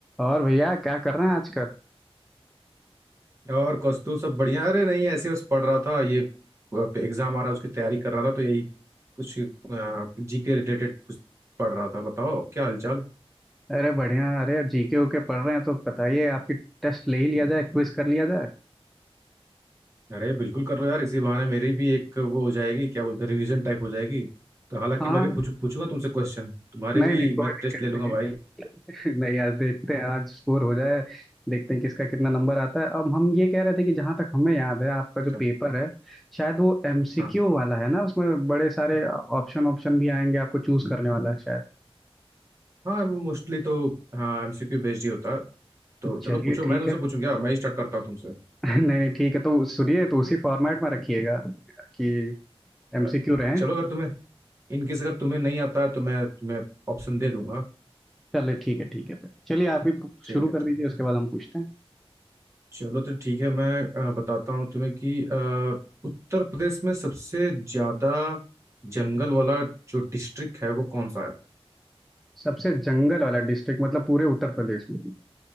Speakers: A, in the centre; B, on the right.
A: और भैया क्या कर रहे हैं आजकल
B: और कौस्तु सब बढ़िया अरे नहीं ऐसे बस पढ़ रहा था ये एग्जाम आ रहा है उसकी तैयारी कर रहा था तो यही कुछ जीके रिलेटेड कुछ पढ़ रहा था बताओ क्या हालचाल
A: अरे बढ़िया अरे जीके ओके पढ़ रहे हैं तो बताइए आपकी टेस्ट ले ही लिया जाए क्विज कर लिया जाए
B: अरे बिल्कुल कर लो यार इसी बहाने मेरी भी एक वो हो जाएगी क्या बोलते हैं रिवीजन टाइप हो जाएगी तो हालांकि
A: हाँ
B: मैं भी पूछू पूछूंगा तुमसे क्वेश्चन तुम्हारे
A: नहीं
B: भी
A: नहीं कोई
B: मैं
A: दिक्कत
B: टेस्ट ले लूंगा
A: नहीं
B: भाई
A: है <laughs> नहीं यार देखते हैं आज स्कोर हो जाए देखते हैं किसका कितना नंबर आता है अब हम ये कह रहे थे कि जहां तक हमें याद है आपका जो
B: चल,
A: पेपर है शायद वो एमसीक्यू
B: हाँ
A: वाला है ना उसमें बड़े सारे ऑप्शन ऑप्शन भी आएंगे आपको चूज करने वाला है शायद
B: हाँ मोस्टली तो हाँ एमसीक्यू बेस्ड ही होता है तो
A: तो
B: चलो
A: चलिए
B: पूछो
A: ठीक
B: मैं तुमसे
A: है <laughs>
B: पूछूं क्या मैं ही स्टार्ट करता हूँ तुमसे
A: नहीं नहीं ठीक है तो सुनिए तो उसी फॉर्मेट में रखिएगा कि एमसीक्यू
B: अ,
A: रहे
B: चलो अगर तुम्हें इनकेस अगर तुम्हें नहीं आता है तो मैं तुम्हें ऑप्शन दे दूंगा
A: चलिए ठीक है ठीक है फिर चलिए आप ही पु-
B: ठीक
A: शुरू
B: है
A: कर दीजिए उसके बाद हम पूछते हैं
B: चलो तो ठीक है मैं अ, बताता हूँ तुम्हें कि अ, उत्तर प्रदेश में सबसे ज्यादा जंगल वाला जो डिस्ट्रिक्ट है वो कौन सा है
A: सबसे जंगल वाला डिस्ट्रिक्ट मतलब पूरे उत्तर प्रदेश में